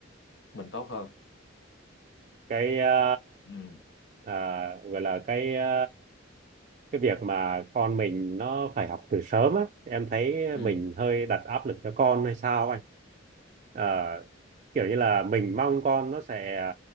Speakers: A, on the left (about 65°); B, on the right (about 40°).
A: mình tốt hơn
B: cái ờ,
A: ừ
B: à, gọi là cái ờ, cái việc mà con mình nó phải học từ sớm á em thấy
A: ừ
B: mình hơi đặt áp lực cho con hay sao anh Ờ, kiểu như là mình mong con nó sẽ